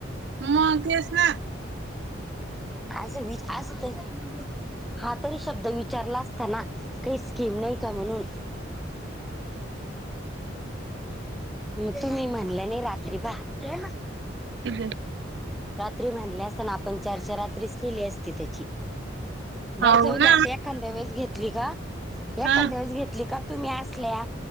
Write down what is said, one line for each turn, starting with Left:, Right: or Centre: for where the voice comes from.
Right: म तेच ना
Centre: असं मी अस करू हा तरी शब्द विचारला असताना काही स्कीम नाही का म्हणून म तुम्ही म्हणलं नाही रात्री पहा
Right: हअ
Centre: रात्री म्हनले असताना आपण चारच्या रात्रीच केली असती त्याची बर
Right: हो
Centre: जाऊ
Right: ना
Centre: द्या आता एखाद्या वेळेस घेत ती का एखंद्या
Right: हां,
Centre: वेळीस घेतली का तुम्ही असल्या